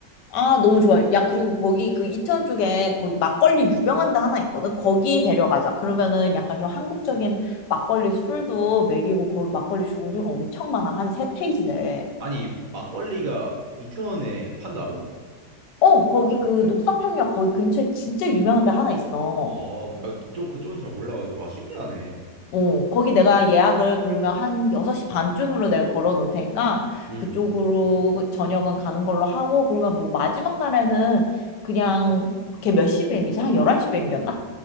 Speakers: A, on the left; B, on the right.
A: 아, 너무 좋아. 야, 그리고 거기 그 이태원 쪽에 거기 막걸리 유명한 데 하나 있거든. 거기 데려가자. 그러면은 약간 좀 한국적인 막걸리 술도 먹이고 거기 막걸리 종류가 엄청 많아. 한 세 페이지 돼.
B: 아니, 막걸리가 이태원에 판다고?
A: 어, 거기 그
B: 그래?
A: 녹사평역 거기 근처에 진짜 유명한 데 하나 있어.
B: 아, 내가 그쪽, 그쪽은 잘 몰라가지고. 아, 신기하네.
A: 어, 거기 내가 예약을 그러면 한 6시 반쯤으로 내가 걸어 놓을 테니까
B: 응,
A: 그쪽으로 저녁은 가는 걸로 하고 그러면 뭐 마지막 날에는 그냥 걔 몇 시 비행기지? 한 11시 비행기였나?